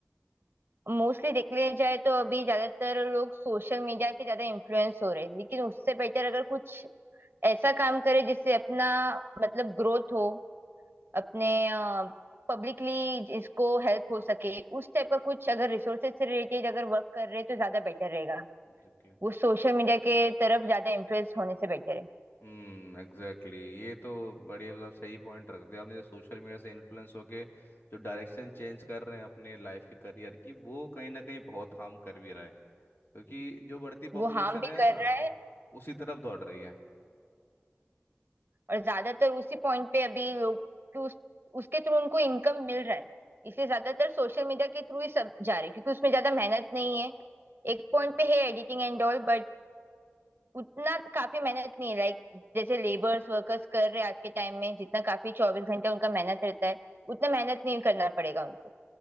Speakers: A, on the right; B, on the left.
A: मोस्टली देख लिया जाए तो अभी ज्यादातर लोग सोशल मीडिया के ज्यादा इन्फ्लुएंस हो रहे हैं लेकिन उससे बेटर अगर कुछ ऐसा काम करे जिससे अपना मतलब ग्रोथ हो अपने पब्लिकली इसको हेल्प हो सके उस टाइप का कुछ अगर रिसोर्सेज से रिलेटेड अगर वर्क कर रहे हैं तो ज्यादा बेटर रहेगा
B: एग्जैक्टली
A: वो सोशल मीडिया के तरफ ज्यादा इन्फ्लुएंस होने से बेटर है
B: हम्म एग्जैक्टली ये तो बढ़िया मतलब सही पॉइंट रख दिया आपने जो सोशल मीडिया से इन्फ्लुएंस होके जो डायरेक्शन चेंज कर रहे हैं अपने लाइफ के करियर की वो कहीं ना कहीं बहुत हार्म कर भी रहा है क्योंकि जो बढ़ती
A: वो
B: पॉपुलेशन
A: हार्म भी
B: है
A: कर
B: हाँ
A: रहा है
B: उसी तरफ दौड़ रही है
A: और ज्यादातर उसी पॉइंट पे अभी लोग कि उस, उसके थ्रू उनको इनकम मिल रहा है इसलिए ज्यादातर सोशल मीडिया के थ्रू ही सब जा रहे हैं क्योंकि उसमें ज्यादा मेहनत नहीं है एक
B: हम्म,
A: पॉइंट पे है एडिटिंग एंड ऑल बट उतना काफी मेहनत नहीं है लाइक जैसे लेबर्स वर्कर्स कर रहे हैं आज के टाइम में जितना काफी चौबीस घंटे उनका मेहनत रहता है उतना मेहनत नहीं करना पड़ेगा उनको